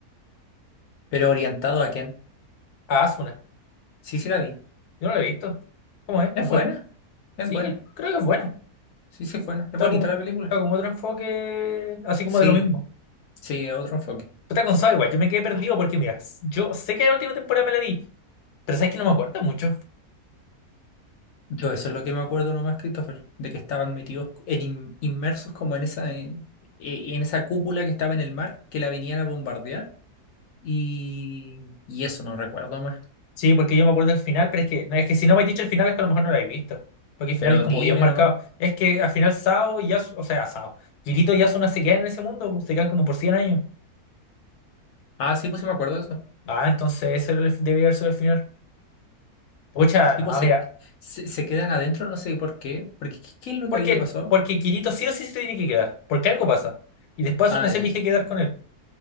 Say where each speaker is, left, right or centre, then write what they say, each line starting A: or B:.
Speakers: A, on the left; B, on the left.
A: Pero orientado a quién.
B: Ah, Asuna.
A: Sí, sí la vi.
B: Yo no la he visto. ¿Cómo es?
A: Es
B: ¿Es buena?
A: buena, es
B: Sí,
A: buena.
B: que- creo que es buena.
A: Sí, sí, es buena.
B: Está
A: Es bonita
B: como,
A: la película.
B: está como otro enfoque, así como
A: Sí,
B: de lo mismo.
A: sí, es otro enfoque.
B: Pero Está con Saw igual, yo me quedé perdido porque, mira, yo sé que la última temporada me la vi, pero sabes que no me acuerdo mucho.
A: Yo eso es lo que me acuerdo nomás, Christopher, de que estaban metidos en in- inmersos como en esa eh, eh, en esa cúpula que estaba en el mar, que la venían a bombardear y, y eso no recuerdo más.
B: Sí, porque yo me acuerdo del final, pero es que, no, es que si no me has dicho el final es que a lo mejor no lo habéis visto. Porque el
A: Pero
B: final es como
A: dime
B: bien marcado.
A: nomás.
B: Es que al final Sao y Yasu, o sea, Sao, Kirito y Asuna se quedan en ese mundo, pues, se quedan como por 100 años.
A: Ah, sí, pues sí me acuerdo de eso.
B: Ah, entonces ese era el- debe haber sido el final. Pucha,
A: Sí,
B: no,
A: pues se,
B: mira,
A: se, se quedan adentro, no sé por qué, porque ¿qué, qué es lo
B: porque,
A: que había pasado?
B: porque Kirito sí o sí se tiene que quedar, porque algo pasa. Y después
A: Ah,
B: Asuna se
A: ya.
B: elige quedar con él.